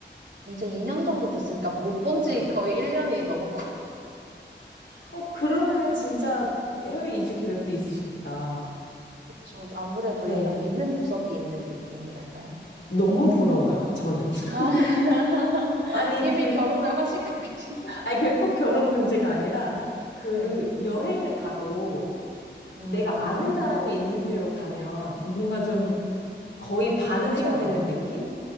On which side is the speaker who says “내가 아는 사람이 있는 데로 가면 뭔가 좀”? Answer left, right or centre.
Left